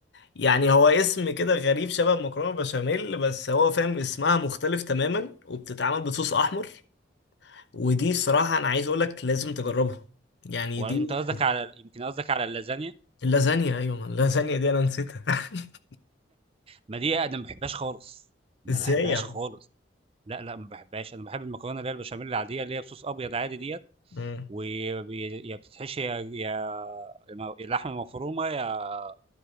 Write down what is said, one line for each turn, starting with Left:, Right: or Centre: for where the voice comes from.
Left: يعني هو اسم كده غريب شبه مكرونة بشاميل بس هو فاهم اسمها مختلف تماما وبتتعمل بصوص أحمر ودي صراحة أنا عايز أقولك لازم تجربها يعني
Right: وانت
Left: دي
Right: قصدك على يمكن قصدك على اللازانيا
Left: اللازانيا أيوة ما اللازانيا دي أنا نسيتها <laughs>
Right: ما دي انا ما بحبهاش خالص ما
Left: إزاي
Right: بحبهاش
Left: يعني؟
Right: خالص لا لا ما بحبهاش انا بحب المكرونه اللي هي البشاميل العاديه اللي هي بصوص ابيض عادي ديت
Left: مم.
Right: ويا بتتحشي يا يا يا لحمه مفرومه يا